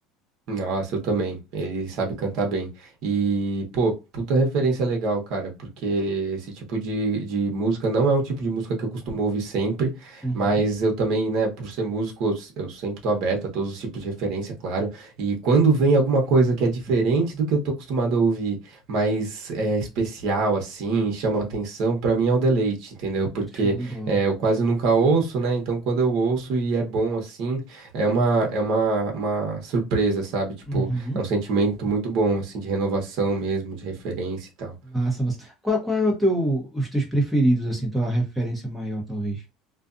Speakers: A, on the right; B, in the centre.
A: Nossa, eu também. Ele sabe cantar bem. E, pô, puta referência legal, cara, porque esse tipo de, de música não é um tipo de música que eu costumo ouvir sempre,
B: Uhum.
A: mas eu também, né, por ser músico, eu, s- eu sempre tô aberto a todos os tipos de referência, claro. E quando vem alguma coisa que é diferente do que eu tô acostumado a ouvir, mas é especial, assim, chama atenção, pra mim é um deleite, entendeu? Porque
B: Show de bola.
A: é, eu quase nunca ouço, né? Então quando eu ouço e é bom assim. É uma, é uma, uma surpresa, sabe? Tipo,
B: Uhum.
A: é um sentimento muito bom, assim, de renovação mesmo, de referência e tal.
B: Massa, massa. Qual, qual é o teu, os teus preferidos, assim, tua referência maior, talvez?